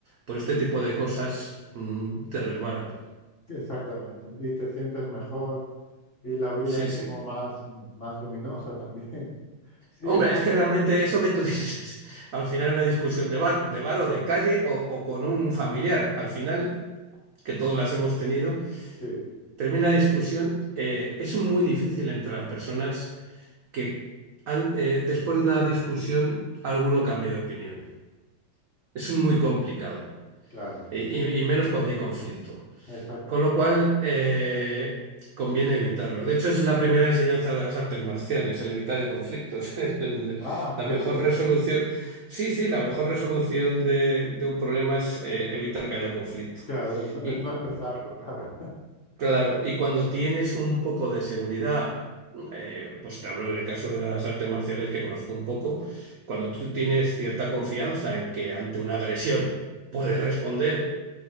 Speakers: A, on the right; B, on the left.
A: pues este tipo de cosas mm, te resbalan.
B: exactamente. Y te sientes mejor y la vida
A: Sí,
B: es
A: sí.
B: como más, más luminosa también. <laughs> Sí,
A: Hombre,
B: eso,
A: es que realmente eso que tú <laughs> dices, al final una discusión de bar, de bar o de calle o, o con un familiar, al final, que todos las hemos tenido,
B: sí,
A: termina la discusión, eh, es muy difícil entre las personas que han- eh, después de una discusión alguno cambie de opinión. es muy complicado,
B: claro,
A: y, y- y menos cuando hay conflicto.
B: exactamente.
A: Con lo cual, eh, conviene evitarlo. De hecho, es la primera enseñanza de las artes marciales, el evitar el conflicto. <laughs> Es el-
B: Ah,
A: La
B: qué
A: mejor
B: bien.
A: resolución, sí, sí, la mejor resolución de, de un problema es eh, evitar que haya conflicto.
B: Claro, no- es
A: Y
B: no empezarlo, claro, <laughs>
A: claro, y cuando tienes un poco de seguridad, eh, pues te hablo del caso de las artes marciales que conozco un poco, cuando tú tienes cierta confianza en que ante una agresión puedes responder,